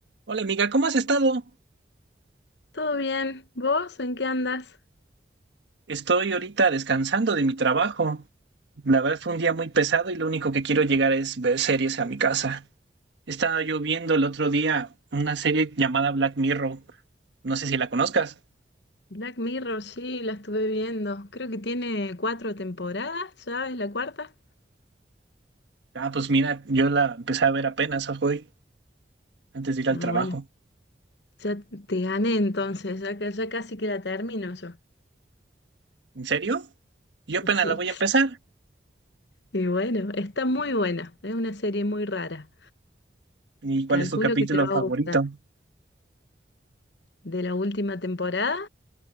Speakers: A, on the right; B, on the left.
A: Hola amiga, ¿cómo has estado?
B: Todo bien. ¿Vos en qué andas?
A: Estoy ahorita descansando de mi trabajo. La verdad fue un día muy pesado y lo único que quiero llegar es ver series a mi casa. Estaba yo viendo el otro día una serie llamada Black Mirror. No sé si la conozcas.
B: Black Mirror, sí, la estuve viendo. Creo que tiene cuatro temporadas, ¿ya es la cuarta?
A: Ah, pues mira, yo la empecé a ver apenas hoy, antes de ir
B: Ah,
A: al trabajo.
B: bueno, ya te gané entonces, ya, ca- ya casi que la termino yo.
A: ¿En serio? Yo apenas
B: Sí,
A: la voy a empezar.
B: y bueno, está muy buena, es una serie muy rara.
A: ¿Y cuál
B: Calculo
A: es tu capítulo
B: que te va
A: favorito?
B: a gustar. De la última temporada,